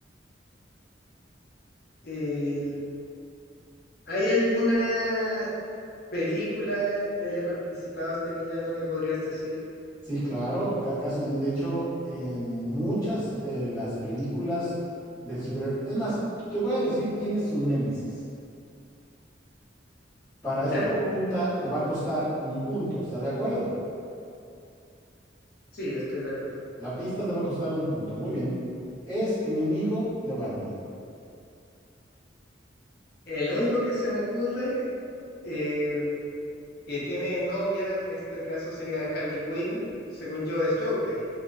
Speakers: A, on the left; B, on the left.
A: el- ¿hay alguna película que haya participado este villano que podrías decir?
B: Sí, claro, ca- casi. De de hecho, en muchas de las películas del superhéroe. Es más, te voy a decir quién es su némesis. Para esta
A: Ya.
B: pregunta te va a costar un punto, ¿estás de acuerdo?
A: Sí, estoy de acuerdo.
B: La pista te va a costar un punto. Muy bien. Es enemigo de Batman.
A: El único que se me ocurre eh, que tiene novia, en este caso sería Harley Quinn, según yo es Joker.